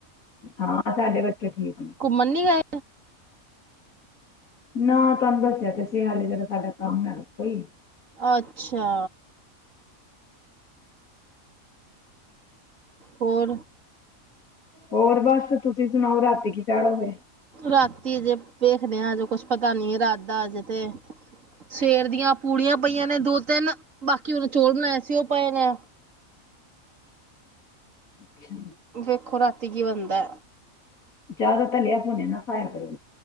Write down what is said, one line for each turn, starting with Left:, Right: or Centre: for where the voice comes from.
Left: ਹਾਂ ਸਾਡੇ ਬੱਚੇ ਤੇ ਠੀਕ ਨੇ
Right: ਘੁੰਮਣ ਨੀ ਗਏ
Left: ਨਾ ਤੁਹਾਨੂੰ ਦੱਸਿਆ ਤੇ ਸਿਗਾ ਜਿੜਾ ਸਾਡਾ ਕੰਮ ਹੈਗਾ ਕੋਈ
Right: ਅੱਛਾ। ਹੋਰ
Left: ਹੋਰ ਬਸ ਤੁਸੀਂ ਸੁਣਾਓ ਰਾਤੀ ਕੀ ਚਾਡੋ ਗੇ
Right: ਰਾਤੀ ਹਜੇ ਵੇਖਦੇ ਆ ਹਜੇ ਕੁਛ ਪਤਾ ਨੀ ਏ ਰਾਤ ਦਾ ਹਜੇ ਤੇ ਸਵੇਰ ਦੀਆਂ ਪੂੜੀਆਂ ਪਈਆਂ ਨੇ ਦੋ ਤਿੰਨ ਬਾਕੀ ਹੁਣੇ ਚੋਲ ਬਣਾਏ ਸੀ ਉਹ ਪਏ ਨੇ
Left: <unintelligible>
Right: ਵੇਖੋ ਰਾਤੀ ਕੀ ਬਣਦਾ
Left: ਜ਼ਿਆਦਾ ਤਾਂ ਲਿਆ ਪਾਨੇ ਨਾ ਪਾਇਆ ਕਰੋ